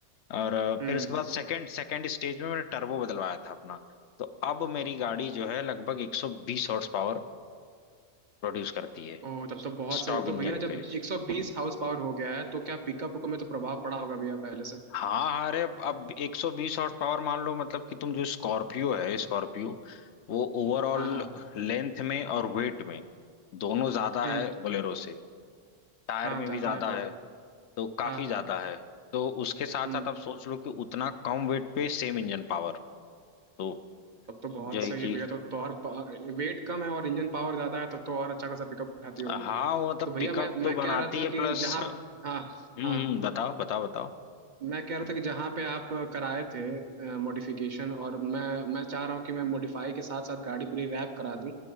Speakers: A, on the left; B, on the right.
A: और अ,
B: हम्म
A: फिर उसके बाद सेकंड सेकंड स्टेज में मैंने टर्बो बदलवाया था अपना तो अब मेरी गाड़ी जो है लगभग 120 हॉर्स पावर प्रोड्यूस करती है
B: ओ तब तो बहुत
A: स्टॉक
B: सही है।
A: इंजन
B: तो भैया जब
A: पे
B: 120 हाउस पावर हो गया है तो क्या पिकअप को में तो प्रभाव पड़ा होगा भैया पहले से
A: हाँ हाँ, अरे अब अब 120 हॉर्स पावर मान लो मतलब कि तुम जो स्कॉर्पियो है स्कॉर्पियो वो ओवरऑल
B: हाँ हाँ
A: लेंथ में और वेट में दोनों ज्यादा
B: हम्म
A: है बोलेरो से टायर
B: हाँ
A: में
B: जाता
A: भी ज्यादा
B: है भैया
A: है तो काफी
B: हाँ हाँ
A: ज्यादा है तो उसके साथ
B: हम्म
A: साथ आप सोच लो कि उतना कम वेट पे सेम इंजन पावर तो
B: तब तो बहुत
A: जो
B: सही
A: है कि
B: है भैया तो, तो और वेट कम है और इंजन पावर ज्यादा है तब तो और अच्छा खासा पिकअप उठाती होगी
A: हाँ वो मतलब
B: तो भैया
A: पिकअप
B: मैं
A: तो
B: मैं
A: बनाती
B: कह रहा था
A: है
B: कि
A: प्लस
B: जहाँ
A: हम्म
B: हाँ हाँ
A: हम्म, बताओ बताओ बताओ
B: मैं कह रहा था कि जहाँ पे आप कराए थे मॉडिफिकेशन और मैं मैं चाह रहा हूँ कि मैं मॉडिफाई के साथ साथ गाड़ी पूरी रैप करा दूँ